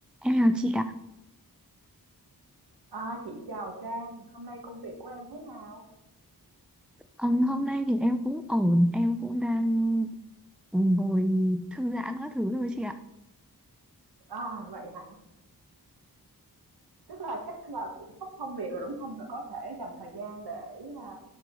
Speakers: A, in the centre; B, on the right (about 75°).
A: Em chào chị ạ.
B: À, chị chào Trang, hôm nay công việc của em thế nào?
A: Ừm, hôm nay thì em cũng ổn, em cũng đang ngồi thư giãn các thứ thôi chị ạ.
B: À, vậy hả? Tức là chắc là cũng sắp xong việc rồi đúng không? Là có thể dành thời gian để à,